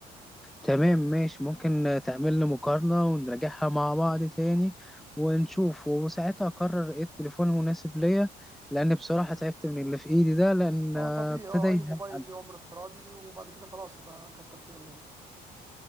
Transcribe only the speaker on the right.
اه
طبيعي
اه
اي موبايل ليه عمر افتراضي وبعد كده خلاص يبقى كتر خيره يعني